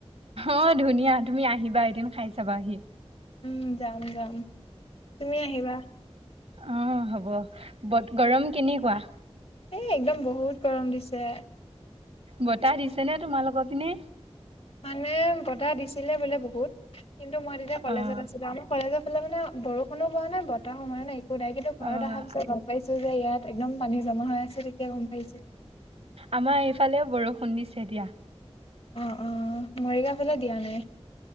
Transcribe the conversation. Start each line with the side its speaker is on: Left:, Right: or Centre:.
Right: অ ধুনীয়া তুমি আহিবা এদিন খাই চাবা আহি
Left: উম যাম যাম তুমি আহিবা
Right: অ হ'ব বত গৰম কেনেকুৱা
Left: এ একদম বহুত গৰম দিছে
Right: বতাহ দিছে নে তোমালোকৰ পিনে
Left: মানে বতাহ দিছিলে বোলে বহুত কিন্তু মই তেতিয়া কলেজত
Right: অ'
Left: আছিলো আমাৰ কলেজৰ ফালে মানে বৰষুণো পোৱা নাই বতাহো মৰা নাই একো নাই কিন্তু ঘৰত
Right: অ'
Left: অহা পিছত গম পাইছোঁ যে ইয়াত একদম পানী জমা হৈ আছে তেতিয়া গম পাইছোঁ
Right: আমাৰ এইফালেও বৰষুণ দিছে দিয়া
Left: অ অ মৰিগাঁও ফালে দিয়া নাই